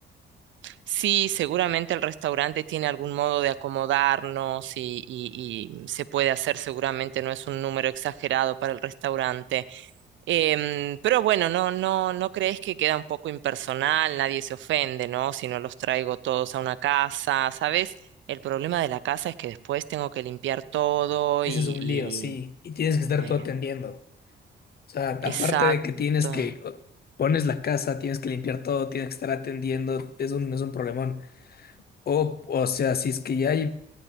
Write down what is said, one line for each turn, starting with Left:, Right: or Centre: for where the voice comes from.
Right: Sí, seguramente el restaurante tiene algún modo de acomodarnos y, y- y se puede hacer, seguramente no es un número exagerado para el restaurante. Em, pero bueno, no, no, no crees que queda un poco impersonal, nadie se ofende, ¿no? Si no los traigo todos a una casa, ¿sabes? El problema de la casa es que después tengo que limpiar todo
Left: Ese
Right: y,
Left: es un
Right: y,
Left: lío, sí. Y tienes que estar
Right: eh,
Left: tú atendiendo. O sea, aparte
Right: exacto.
Left: de que tienes que, o- pones la casa, tienes que limpiar todo, tienes que estar atendiendo, es un, es un problemón. O, o sea, si es que ya hay